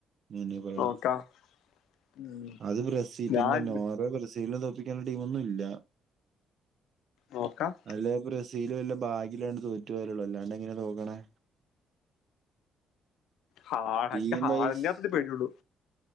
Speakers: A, on the right; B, on the left.
A: നീ എന്നാ ഈ പറിണെ.
B: നോക്കാം ഉം
A: അത് ബ്രസീൽ പിന്നെ
B: ഞാൻ
A: നോറ ബ്രസീൽ നെ തോൽ എനിക്കങ്ങന ടീമൊന്നുല്ല
B: നോക്കാം
A: അല്ലെ ബ്രസീൽ വല്ല ഭാഗിലാണ്ട് തോറ്റുപോയല്ലുള്ളു അല്ലാണ്ടെങ്ങന തോക്കണേ
B: ഹാട
A: ടീം
B: എൻക്ക് ഹാളണ്ടിനാത്രേ
A: വൈസ്
B: പേടിള്ളൂ